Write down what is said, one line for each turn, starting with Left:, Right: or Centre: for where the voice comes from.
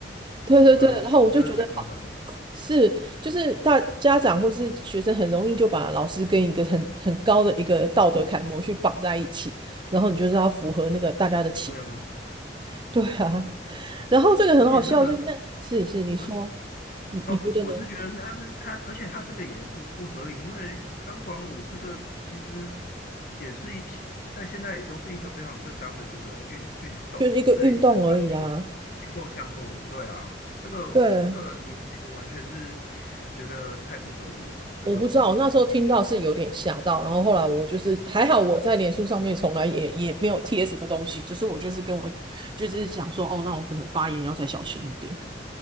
Right: 对对对，
Left: 对啊，
Right: 然后我就觉得好
Left: 我觉得太夸张了，
Right: 是，就是大家长或是学生很容易就把老师跟一个很很高的一个道德楷模去绑在一起，然后你就是要符合那个大家的期待。
Left: 对啊，
Right: <laughs> 对啊，然后这个很好笑，
Left: 而且那个
Right: 就是那是是你说，
Left: 对。
Right: 你你觉得呢？
Left: 哦，我是觉得他他，而且他这个也不不合理，因为钢管舞这个其实也是一在现在也都是一个非常正当的那个运运动，
Right: 就是一个运动而已啊。
Left: 这也是算是一个运动项目，对啊，这个这个连接我完全是
Right: 对，
Left: 觉得太不合理了，这个
Right: 我不知道，那时候听到是有点吓到，然后后来我就是还好，
Left: 呃
Right: 我在脸书上面从来也也没有贴什么东西，只是我就是跟我就是想说，哦，那我可能发言要再小心一点。